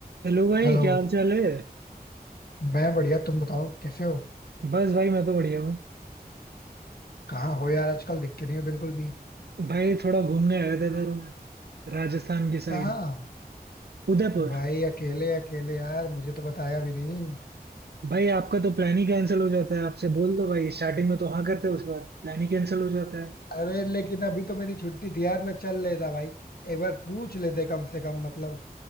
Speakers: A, on the right (about 80°); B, on the left (about 70°).
A: हेलो भाई
B: Hello
A: क्या हाल चाल है
B: मैं बढ़िया तुम बताओ कैसे हो
A: बस भाई मैं तो बढ़िया हूँ
B: कहाँ हो यार आजकल दिखते नहीं हो बिल्कुल भी
A: भाई थोड़ा घूमने आया था इधर मैं राजस्थान की साइड
B: कहाँ
A: उदयपुर
B: भाई अकेले अकेले यार मुझे तो बताया भी नहीं
A: भाई आपका तो प्लान ही कैंसिल हो जाता है आपसे बोल दो भाई स्टार्टिंग में तो हाँ करते हो उसके बाद प्लान ही कैंसिल हो जाता है
B: अरे लेकिन अभी तो मेरी छुट्टी थी यार मैं चल लेता भाई एक बार पूछ लेते कम से कम मतलब